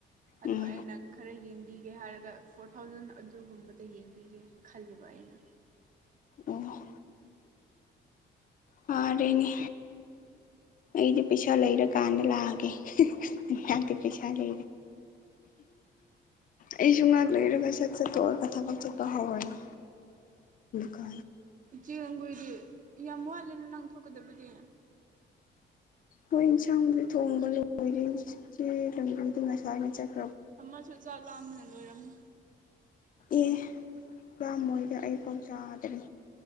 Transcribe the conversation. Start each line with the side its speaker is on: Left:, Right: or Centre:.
Right: ꯑꯗꯣ
Left: ꯎꯝ
Right: ꯑꯩꯅ ꯈꯔ ꯌꯦꯡꯕꯤꯒꯦ ꯍꯥꯏꯔꯒ ꯐꯣꯔ ꯊꯥꯎꯖꯟ ꯑꯗꯨꯒꯨꯝꯕꯗ ꯌꯦꯡꯕꯤꯒꯦ ꯈꯜꯂꯤꯕ ꯇꯥꯏꯅ
Left: ꯑꯣ ꯐꯥꯔꯦꯅꯦ ꯑꯩꯗꯤ ꯄꯩꯁꯥ ꯂꯩꯔꯀꯥꯟꯗ ꯂꯥꯛꯑꯒꯦ ꯇ ꯄꯗ ꯑꯩꯁꯨ ꯉꯥꯏꯍꯥꯛ ꯂꯩꯔꯒ ꯁꯛ ꯆꯠꯇꯣ ꯑꯣꯔ ꯀꯊꯐꯝꯪ ꯆꯠꯄ ꯍꯧꯔꯅ ꯀ
Right: ꯆꯦꯡ ꯂꯝꯒꯨꯏꯗꯤ ꯌꯥꯝ ꯋꯥꯠꯂꯦꯅ ꯅꯪ ꯊꯣꯛꯀꯗꯕꯗꯤ
Left: ꯍꯣꯏ ꯏꯟꯁꯥꯡꯗꯤ ꯊꯣꯡꯕ ꯂꯣꯏꯔꯦ ꯏꯆꯦ ꯂꯝꯕꯤꯗꯤ ꯉꯁꯥꯏꯅ ꯆꯠꯄ
Right: ꯑꯃꯁꯨ ꯆꯥꯛ ꯂꯥꯝꯕꯅ ꯂꯣꯏꯔꯝꯅꯤ
Left: ꯑꯦ ꯄꯥ ꯃꯣꯏꯗ ꯑꯩ ꯐꯧ ꯆꯥꯗ꯭ꯔꯔꯤ